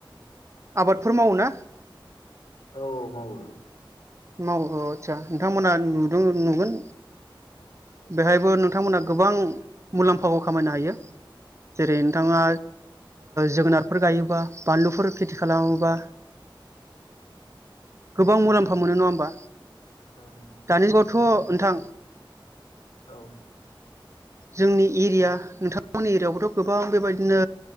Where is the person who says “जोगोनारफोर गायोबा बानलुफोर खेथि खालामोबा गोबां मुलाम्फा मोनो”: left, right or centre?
Right